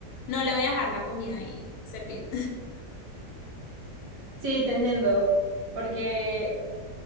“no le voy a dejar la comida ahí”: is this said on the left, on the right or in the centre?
Left